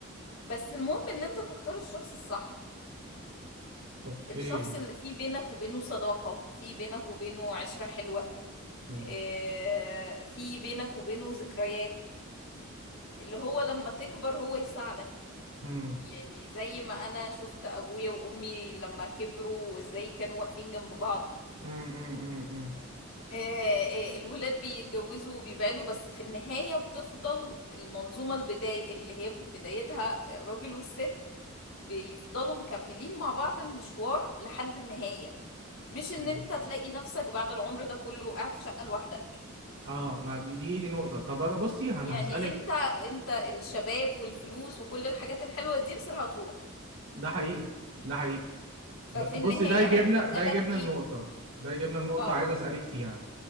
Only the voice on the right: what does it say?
اوكي.
أمم،
أمم،
أمم، أمم.
مم.
اه ما دي دي نقطة طب أنا بصي انا
هسألك
ده حقيقي ده حقيقي
ب-
بصي ده يجيبنا
ده يجيبنا
النقطة ده يجيبنا النقطة
عايز أسألك فيها